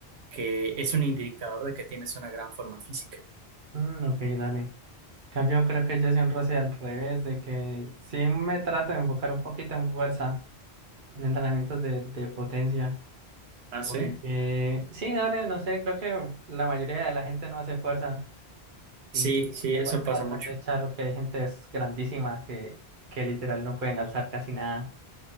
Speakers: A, on the right; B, on the right.
A: que es un indicador de que tienes una gran forma física.
B: mm, ok, dale. En Cambio, creo que yo soy un roce al revés, de que sí me trato de enfocar un poquito en fuerza, en entrenamientos de, de potencia.
A: ¿Ah, sí?
B: Porque sí, dale, no sé, creo que la mayoría de la gente no hace fuerza. Y
A: Sí, sí,
B: me
A: eso
B: parece
A: pasa
B: bastante
A: mucho.
B: charro que hay gente es grandísima que, que literal no pueden alzar casi nada.